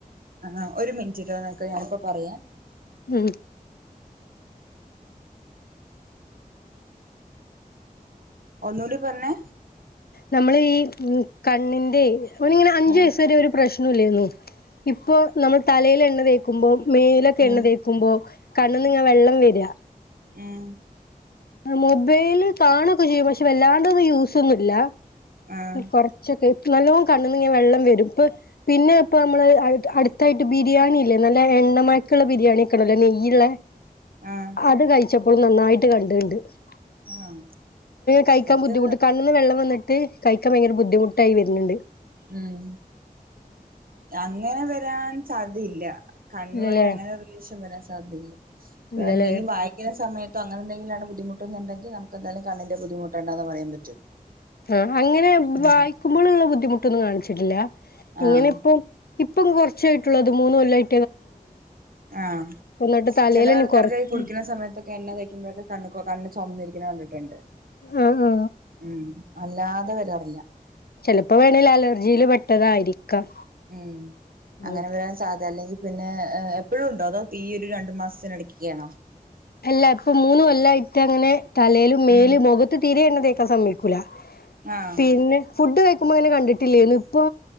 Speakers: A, on the right; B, on the left.
A: ആഹ് ഒരു മിനിറ്റിട്ടോ നിക്ക് ഞാനിപ്പ പറയാം
B: ഉം
A: ഒന്നൂടി പറഞ്ഞെ
B: നമ്മളീ ഉം കണ്ണിന്റെ അവനിങ്ങനെ അഞ്ചു
A: ഉം
B: വയസ്സ് വരെ ഒരു പ്രശ്നോം ഇല്ലേര്ന്ന് ഇപ്പൊ നമ്മള് തലയിൽ എണ്ണ തേ ക്കുമ്പം മേലൊക്കെ എണ്ണ
A: ഉം
B: തേക്കുമ്പോ കണ്ണ്ന്നിങ്ങനെ വെള്ളം വെര്വ
A: ഉം
B: മൊബൈല് കാണൊക്കെ ചെയ്യും പക്ഷെ വല്ലാണ്ട്ത് യൂസൊന്നു ഇല്ല
A: ആഹ്
B: കൊറ ച്ചക്കെ ഇപ്പം നല്ലോം കണ്ണന്നിങ്ങനെ വെള്ളം വരും ഇപ്പ പിന്നെ ഇപ്പ നമ്മള് അട് അടുത്തായിട്ട് ബിരിയാണി ഇല്ലേ നല്ല എണ്ണമയക്കെള്ള ബിരിയാണിക്കെണ്ടല്ലോ നെയ്യെള്ള
A: ആഹ്
B: അത് കഴിച്ചപ്പളും നന്നായിട്ട് കൺ <unintelligible>
A: ആഹ്
B: കഴിക്കാൻ
A: അത്
B: ബുദ്ധിമുട്ട് കണ്ണിന്ന് വെള്ളം വന്നി ട്ട് കഴിക്കാൻ ഭയങ്കര ബുദ്ധിമുട്ടായി വരന്നെണ്ട്
A: ഉം അങ്ങനെ വരാൻ സാധ്യതയില്ല കണ്ണുവായിട്ട്
B: ഇല്ലല്ലേ
A: അങ്ങനെ റിലേഷൻ വരാൻ സാധ്യതയില്ല
B: ഇല്ലല്ലേ
A: എന്തെങ്കിലും വായ് ക്കാൻ സമയത്തും അങ്ങനെ എന്തെങ്കിലും ആണ് ബുദ്ധിമുട്ടുന്നുണ്ടെങ്കി നമുക്കെന്തായാലും കണ്ണിൻ്റെ ബുദ്ധിമുട്ടുകൊണ്ടെന്ന് പറയാൻ പറ്റും
B: ആഹ് അങ്ങനെ
A: ഉം
B: വായിക്കുമ്പോളിള്ള ബുദ്ധിമുട്ടൊന്നും കാണിച്ചട്ടില്ല
A: ആഹ്
B: ഇങ്ങനെ ഇപ്പൊ ഇപ്പം കൊറച്ചേ ആയിട്ടുള്ളൂ അത് മൂന്ന് കൊല്ലായി
A: ആഹ്
B: എന്നിട്ട് തലയിലന്നെ
A: ചെല ആൾക്കാർക്ക്
B: കൊറച്ച്
A: കുളിക്കുന്ന സമയത്ത് എണ്ണ തേക്കുമ്പഴക്കെ കണ്ണ് ക ചൊമന്നിരിക്കണ കണ്ടിട്ടെണ്ട്
B: ആ ആ
A: ഉം അല്ലാതെ വരാറില്ല
B: ചിലപ്പോ വേണേൽ അലർജിയിൽ പെട്ടതായിരിക്കാം
A: ഉം അങ്ങനെ
B: ഉം
A: വരാൻ സാധ്യത അല്ലെങ്കിൽ പിന്നെ എപ്പഴും ഉണ്ടോ അതോ ഈ ഒരു രണ്ടു മാസത്തിന് എടക്കെക്കുകയാണോ
B: അല്ല ഇപ്പൊ മൂന്നു കൊല്ലം ആയിട്ട് അങ്ങനെ തലയിലും മേലും
A: ഉം
B: മുഖത്ത് തീരയേണ്ണതേക്കാൻ സമ്മതിക്കൂല
A: ആഹ്
B: പിന്നെ ഫുഡ് കഴിക്കുമ്പോ അങ്ങനെ കണ്ടിട്ടില്ലേരുന്നു ഇപ്പൊ